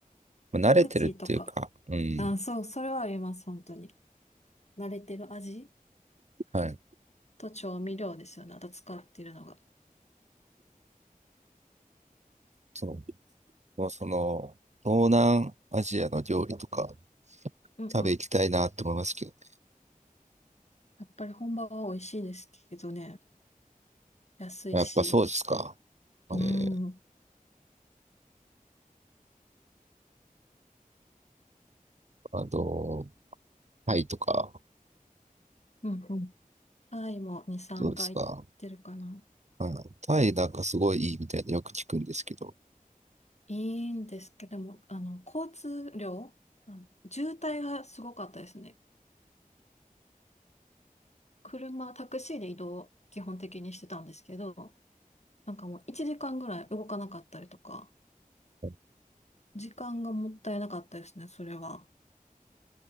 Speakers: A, on the right; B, on the left.
A: まあ慣れてるっていうか、
B: パクチーとか。
A: うん。
B: あ、そう、それはあります、本当に。慣れてる味
A: はい。
B: と調味料ですよね。あと使ってるのが。
A: そう。もうその、東南アジアの料理とか
B: うんうん。
A: 食べ行きたいなって思いますけどね。
B: やっぱり本場は美味しいですけどね。安いし。
A: やっぱそうですか。
B: うん。
A: えー、
B: うん
A: あの、タイとか、
B: うん。タイも2、3回行ってるかな。
A: どうですか。うんタイなんかすごいいいみたいなよく聞くんですけど。
B: いいんですけども、あの、交通量、あの、渋滞がすごかったですね。車、タクシーで移動を基本的にしてたんですけど、なんかもう1時間ぐらい動かなかったりとか、
A: う
B: 時間がもったいなかったですね、それは。